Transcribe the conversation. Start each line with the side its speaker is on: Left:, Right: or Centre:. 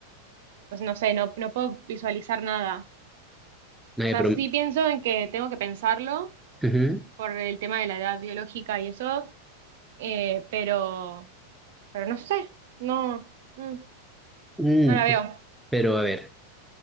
Right: pues no sé, no, no puedo visualizar nada.
Centre: Nadie
Right: O sea,
Centre: prom-
Right: sí pienso en que tengo que pensarlo
Centre: Ujú.
Right: por el tema de la edad biológica y eso, eh, pero, pero no sé, no, mm,
Centre: Mm,
Right: no la veo.
Centre: pero a ver,